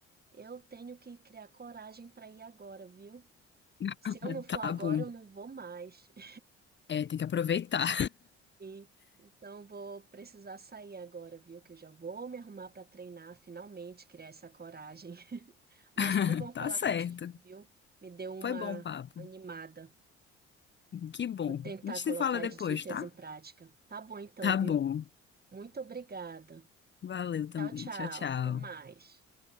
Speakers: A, on the right (about 25°); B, on the left (about 30°).
A: eu tenho que criar coragem para ir agora, viu?
B: <laughs>
A: Se eu não for
B: Tá
A: agora,
B: bom.
A: eu não vou mais. <laughs>
B: É, tem que aproveitar.
A: E, então vou precisar sair agora, viu? Que eu já vou me arrumar para treinar, finalmente criar essa coragem. <laughs> Mas
B: <laughs>
A: foi bom falar
B: Tá certo.
A: contigo, viu? Me deu uma
B: Foi bom o papo.
A: animada.
B: Que bom.
A: Vou tentar
B: A gente se
A: colocar
B: fala depois,
A: as dicas
B: tá?
A: em prática. Tá bom então,
B: Tá
A: viu?
B: bom.
A: Muito obrigada.
B: Valeu também.
A: Tchau, tchau.
B: Tchau, tchau.
A: Até mais.